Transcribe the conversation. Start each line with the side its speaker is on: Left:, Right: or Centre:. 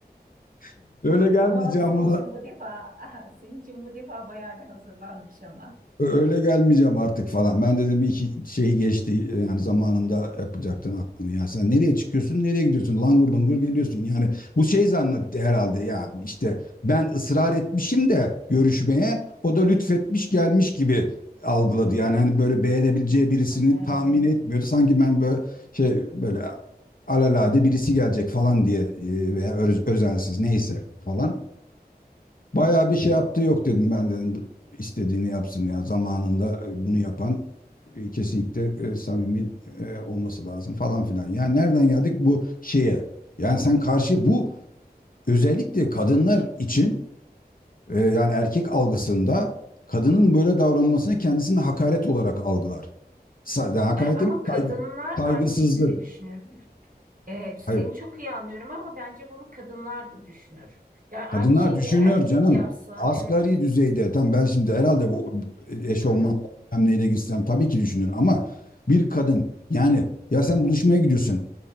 Left: <laughs> Öyle gelmeyeceğim
Right: Ama bak senin
Left: falan
Right: için bu defa aha, senin için bu defa bayağı bir hazırlanmış ama.
Left: Ö- Öyle gelmeyeceğim artık falan. Ben dedim bir iki şey geçti e, yani zamanında yapacaktın aklını. Yani sen nereye çıkıyorsun, nereye gidiyorsun? Langır lungur geliyorsun. Yani bu şey zannetti herhalde ya işte ben ısrar etmişim de görüşmeye o da lütfetmiş gelmiş gibi algıladı. Yani hani böyle beğenebileceği birisini
Right: Anlıyorum.
Left: tahmin etmiyordu. Sanki ben böyle şey böyle alalade birisi gelecek falan diye e, veya öz- özensiz neyse falan. Bayağı bir şey yaptı yok dedim ben dedim istediğini yapsın ya zamanında e, bunu yapan e, kesinlikle e, samimi e, olması lazım falan filan. Yani nereden geldik bu şeye? Yani sen karşı bu özellikle kadınlar için e, yani erkek algısında kadının böyle davranmasını kendisine hakaret olarak algılar. Sa- yani hakaret
Right: E, Ama
Left: değil mi?
Right: kadınlar
Left: Saygı, saygısızlık.
Right: da aynı şekilde düşünür. Ee, seni
Left: Hayır,
Right: çok iyi anlıyorum ama bence bunu kadınlar da düşünür. Ya aynı
Left: Kadınlar
Right: şeyi
Left: düşünür
Right: bir erkek
Left: canım.
Right: yapsa,
Left: Asgari
Right: evet.
Left: düzeyde tam ben şimdi herhalde bu eşofman
Right: Hı hı,
Left: bilmem neyle gitsem tabii ki düşünür ama bir kadın yani ya sen buluşmaya gidiyorsun.